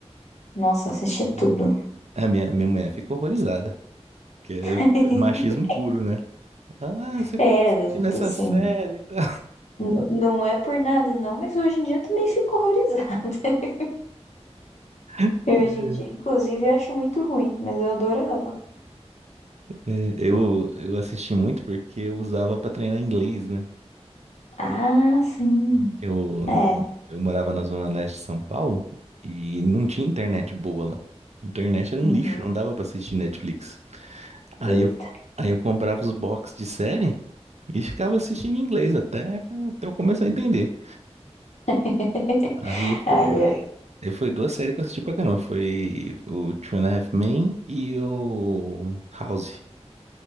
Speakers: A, on the left (about 75°); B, on the right (about 75°).
A: Nossa, eu assistia tudo.
B: Hum. A minha, minha mulher fica horrorizada, que é,
A: <laughs>
B: é machismo puro, né? Ela, Ah, você fica
A: É,
B: assistindo essa
A: assim,
B: série e tal.
A: n- não é por nada não, mas hoje em dia eu também fico horrorizada. <laughs>
B: <laughs>
A: Eu, hoje em dia, inclusive, acho muito ruim, mas eu adorava.
B: É, Eu, eu assisti muito porque eu usava para treinar inglês, né?
A: Ah, sim.
B: Que eu,
A: É.
B: eu, eu morava na zona leste de São Paulo e não tinha internet boa lá. A internet era
A: Uhum.
B: um lixo, não dava para assistir Netflix. Aí
A: Eita.
B: eu, aí eu comprava os box de série e ficava assistindo em inglês até, até eu começar a entender.
A: <laughs>
B: Aí foi,
A: Ai, eu-
B: aí foi duas séries que eu assisti pra caramba. Foi o Two and a Half Men e o House.